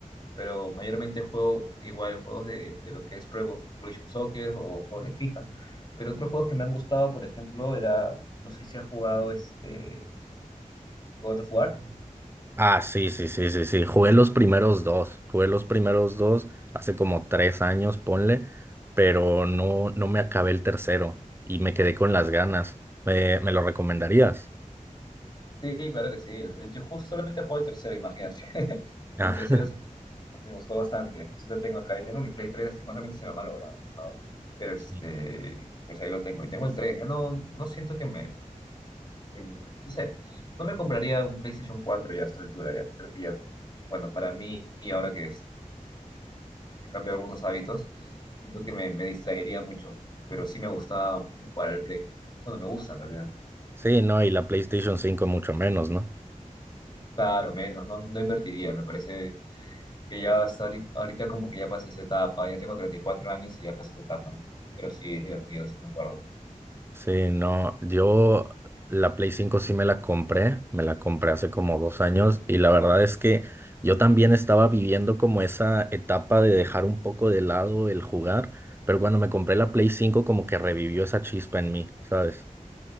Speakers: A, on the left; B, on the right.
A: Pero mayormente juego igual juegos de, de lo que es Pro Evolution Soccer o juegos de FIFA. Pero otros juegos que me han gustado, por ejemplo, era, no sé si has jugado este God of War.
B: Ah, sí, sí, sí, sí, sí. Jugué los primeros dos. Jugué los primeros dos hace como tres años, ponle, pero no, no me acabé el tercero y me quedé con las ganas. ¿Me, me lo recomendarías?
A: Sí, claro que sí. Yo justo solamente juego el tercero, imagínate. <laughs>
B: Ah,
A: El tercero es Me gustó bastante. Sí lo tengo acá. Yo tengo mi Play 3, lastimosamente se me ha malogrado. Pero este,
B: <laughs>
A: pues ahí lo tengo. Y tengo el tres Ya no, no siento que me, que- no sé, no me compraría un PlayStation 4 ya a esta altura. Ya creo que ya, bueno, para mí, y ahora que es- he cambiado algunos hábitos, siento que me, me distraería mucho. Pero sí me gustaba mucho jugar al Play. Bueno, me gusta en realidad.
B: sí, no, y la PlayStation cinco mucho menos, ¿no?
A: Claro, menos, no, no invertiría. Me parece que ya hasta ahorita, ahorita como que ya pasé esa etapa, ya tengo 34 años y ya pasé esa etapa, ¿no? Pero sí, es divertido, sí me acuerdo.
B: Sí, no, yo la Play cinco sí me la compré, me la compré hace como dos años y la verdad es que yo también estaba viviendo como esa etapa de dejar un poco de lado el jugar, pero cuando me compré la Play cinco como que revivió esa chispa en mí, ¿sabes?